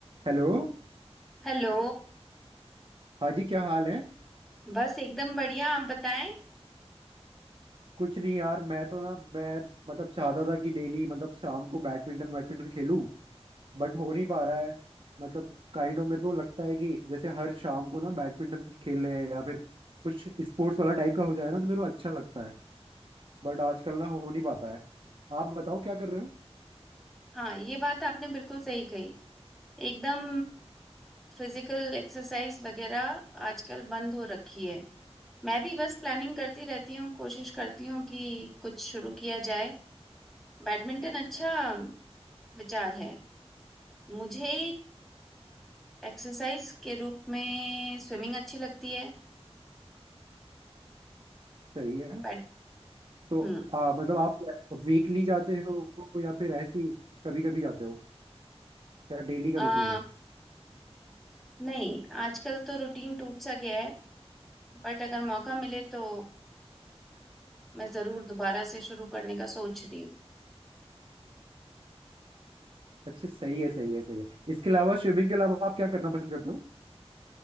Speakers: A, on the right; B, in the centre.
A: Hello
B: हेलो
A: हाँ जी क्या हाल है
B: बस एकदम बढ़िया आप बताएं
A: कुछ नहीं यार मैं तो ना मैं मतलब चाहता था कि डेली मतलब शाम को बैडमिंटन बैडमिंटन खेलूं बट हो नहीं पा रहा है मतलब काइंड ऑफ मेरे को लगता है कि जैसे हर शाम को ना बैडमिंटन खेल रहे हैं या फिर कुछ स्पोर्ट्स वाला टाइप का हो जाए ना तो मेरे को अच्छा लगता है बट आजकल ना हो नहीं पाता है आप बताओ क्या कर रहे हो
B: हाँ ये बात आपने बिल्कुल सही कही एकदम फिजिकल एक्सरसाइज वगैरह आजकल बंद हो रखी है मैं भी बस प्लानिंग करती रहती हूँ कोशिश करती हूँ कि कुछ शुरू किया जाए बैडमिंटन अच्छा विचार है मुझे एक्सरसाइज के रूप में स्विमिंग अच्छी लगती है
A: सही है
B: बट
A: तो
B: हम्म
A: आ, मतलब आप वीकली जाते हो या फिर ऐसी कभी कभी जाते हो क्या डेली
B: अ,
A: का रूटीन है
B: नहीं आजकल तो रूटीन टूट सा गया है बट अगर मौका मिले तो मैं जरूर दोबारा से शुरू करने का सोच रही
A: अच्छा सही है सही है सही है इसके अलावा स्विमिंग के अलावा आप क्या करना पसंद करते हो